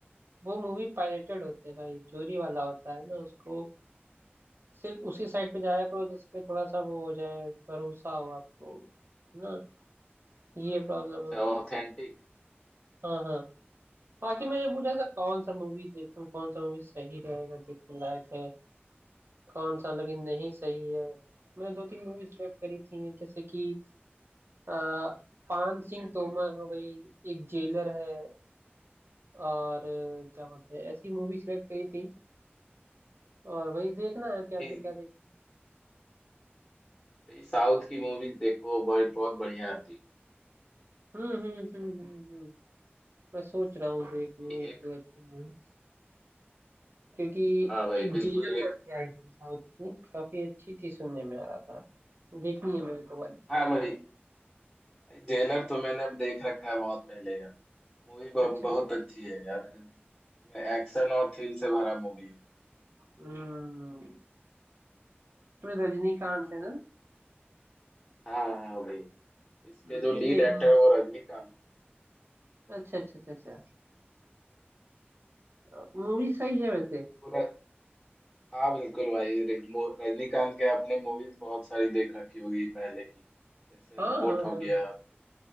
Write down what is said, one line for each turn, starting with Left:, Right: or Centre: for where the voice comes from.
Right: वो मूवी पायरेटेड होते हैं भाई चोरी वाला होता है ना उसको सिर्फ उसी साइट पे जाया करो जिसपे थोड़ा सा वो हो जाए भरोसा हो आपको है ना ये प्रॉब्लम
Left: अच्छा
Right: होता
Left: ऑथेंटिक
Right: है हाँ हाँ बाकी
Left: हाँ
Right: मैंने पूछा था कौन सा मूवी देखूं कौन सा मूवी सही रहेगा देखने लायक है कौन सा लेकिन नहीं सही है मैंने दो तीन मूवी सिलेक्ट करी थी जैसे कि आ, पान सिंह तोमर हो गई एक जेलर है और क्या बोलते हैं ऐसी मूवी सिलेक्ट करी थी और वही देखना है कैसे
Left: ये
Right: क्या देखें
Left: ये साउथ की मूवी देखो बड़ी बहुत बढ़िया आती
Right: हम्म हम्म हम्म हम्म हम्म। मैं सोच रहा हूँ देख लूँ
Left: है
Right: एक
Left: एक
Right: दो अच्छी मूवी क्योंकि
Left: हाँ भाई
Right: एक
Left: बिल्कुल
Right: जेलर
Left: एक
Right: करके आई थी साउथ की काफी अच्छी थी सुनने में आ रहा था देखनी है मेरे को वाली
Left: हाँ भाई जेलर तो मैंने देख रखा है बहुत पहले यार मूवी बहुत
Right: अच्छा अच्छा
Left: अच्छी है यार इसमें एक्शन और थ्रिल से भरा मूवी है पूरा
Right: हम्म तो रजनीकांत है ना
Left: हाँ हाँ भाई इसके
Right: हम्म,
Left: जो
Right: नहीं
Left: लीड
Right: देखनी
Left: एक्टर है वो रजनीकांत
Right: अच्छा अच्छा अच्छा अच्छा मूवी सही है वैसे
Left: पूरा हाँ बिल्कुल भाई रज- मो- रजनीकांत के आपने मूवीज बहुत सारी देख रखी होगी पहले की जैसे
Right: हाँ
Left: रोबोट
Right: हाँ
Left: हो
Right: हाँ
Left: गया